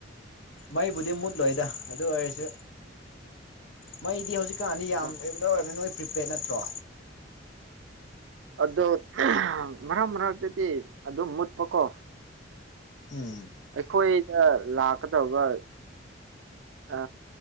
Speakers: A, on the left (about 85°); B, on the right (about 80°).
A: ꯃꯩꯕꯨꯗꯤ ꯃꯨꯠꯂꯣꯏꯗ ꯑꯗꯨ ꯑꯣꯏꯔꯁꯨ ꯃꯩꯗꯤ ꯍꯧꯖꯤꯛ ꯀꯅꯤ ꯌꯥꯝ
B: ꯍꯣꯏ
A: ꯔꯤꯒꯨꯂꯔ ꯑꯣꯏꯔꯕꯅꯤꯅ ꯅꯣꯏ ꯄ꯭ꯔꯤꯄꯦꯗ ꯅꯠꯇ꯭ꯔꯣ
B: ꯑꯗꯨ ꯃꯔꯛ ꯃꯔꯛꯇꯗꯤ ꯑꯗꯨꯝ ꯃꯨꯠꯄꯀꯣ
A: ꯎꯝ
B: ꯑꯩꯈꯣꯏꯗ ꯂꯥꯛꯀꯗꯕ ꯑ